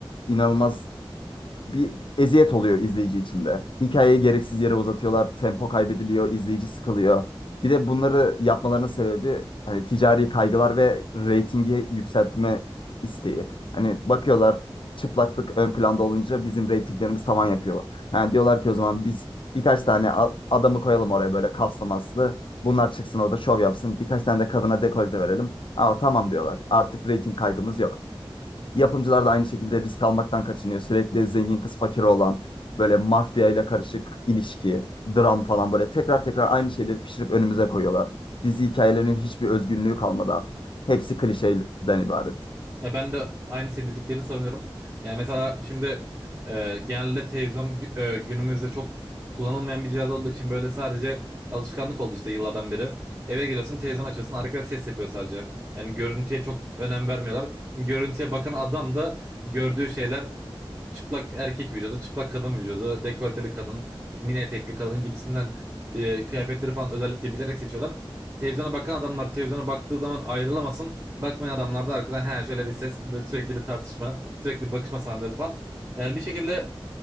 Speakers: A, on the left; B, on the right.
A: İnanılmaz bir eziyet oluyor izleyici için de. Hikayeyi gereksiz yere uzatıyorlar, tempo kaybediliyor, izleyici sıkılıyor. Bir de bunları yapmalarının sebebi hani ticari kaygılar ve reytingi yükseltme isteği. Hani bakıyorlar çıplaklık ön planda olunca bizim reytinglerimiz tavan yapıyor. Ha, diyorlar ki o zaman biz birkaç tane a- adamı koyalım oraya böyle kaslı maslı. Bunlar çıksın orada şov yapsın. Birkaç tane de kadına dekolte verelim. Aa, tamam diyorlar. Artık reyting kaygımız yok. Yapımcılar da aynı şekilde risk almaktan kaçınıyor. Sürekli zengin kız fakir olan böyle mafya ile karışık ilişki, dram falan böyle tekrar tekrar aynı şeyleri pişirip önümüze koyuyorlar. Dizi hikayelerinin hiçbir özgünlüğü kalmadı artık. Hepsi klişeden ibaret.
B: Ya ben de aynı senin dediklerini sanıyorum. Yani mesela şimdi e, genelde televizyon gü- e, günümüzde çok kullanılmayan bir cihaz olduğu için böyle sadece alışkanlık oldu işte yıllardan beri. Eve geliyorsun televizyon açıyorsun arkada ses yapıyor sadece. Yani görüntüye çok önem vermiyorlar. Görüntüye bakan adam da gördüğü şeyler çıplak erkek vücudu, çıplak kadın vücudu, dekolteli kadın, mini etekli kadın gibisinden e, kıyafetleri falan özellikle bilerek seçiyorlar. Televizyona bakan adamlar televizyona baktığı zaman ayrılamasın. Bakmayan adamlar da arkadan he şöyle bir ses, böyle sürekli bir tartışma, sürekli bir bakışma sahneleri falan. Yani bir şekilde